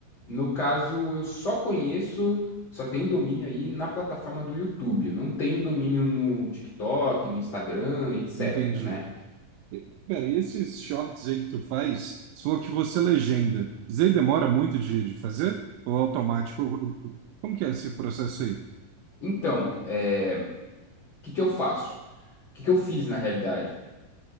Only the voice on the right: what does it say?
entendi.
E- Pera, e esses shorts aí que tu faz, você falou que você é legenda. Isso aí demora muito de, de fazer? Ou é automático? Como que é esse processo aí?